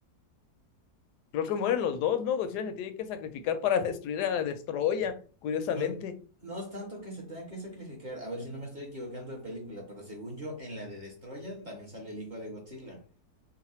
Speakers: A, on the left (about 75°); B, on the right (about 30°).
A: Creo que mueren los dos, ¿no? Godzilla se tiene que sacrificar para <laughs> destruir a Destroya, curiosamente.
B: No, no es tanto que se tenga que sacrificar. A ver si no me estoy equivocando de película, pero según yo, en la de Destroya también sale el hijo de Godzilla.